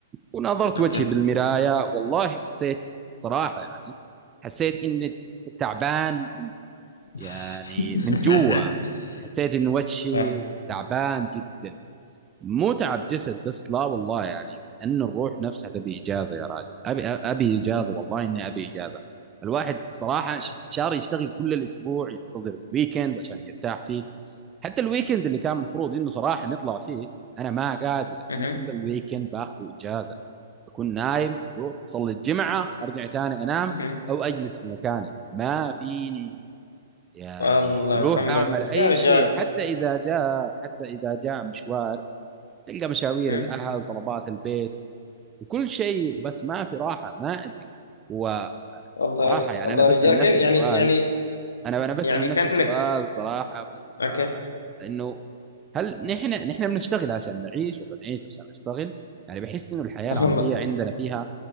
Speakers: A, on the right (about 20°); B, on the left (about 75°).
A: ونظرت
B: Okay.
A: وجهي بالمراية والله حسيت صراحة يعني حسيت إني تعبان
B: <laughs>
A: يعني من جوا حسيت إن وجهي
B: صح
A: تعبان جدا مو تعب جسد بس لا والله يعني ان الروح نفسها تبي اجازه يا راجل ابي ابي اجازه والله اني ابي اجازه الواحد صراحه ش-
B: صح.
A: شاري يشتغل كل الاسبوع ينتظر الويكند عشان يرتاح فيه حتى الويكند اللي كان مفروض انه صراحه نطلع فيه انا ما قادر
B: مهم.
A: انا كل الويكند باخذ اجازه بكون نايم أروح اصلي الجمعه ارجع تاني انام
B: مهم. <laughs>
A: او اجلس في مكاني ما فيني يعني
B: والله
A: روح
B: محمد
A: اعمل اي
B: يا رجال
A: شيء حتى اذا جاء حتى اذا جاء مشوار تلقى مشاوير
B: مهم.
A: الاهل طلبات البيت وكل شيء بس ما في راحه ما ادري وصراحه
B: والله
A: يعني
B: والله
A: انا بسال
B: يا رجال
A: نفسي
B: كان يعني
A: سؤال
B: يعني
A: انا انا بسال
B: يعني
A: نفسي
B: كأنك
A: سؤال صراحه بس
B: اوكي
A: آه انه هل نحن نحن بنشتغل عشان نعيش ولا نعيش عشان نشتغل يعني بحس انه الحياه
B: والله
A: العمليه عندنا فيها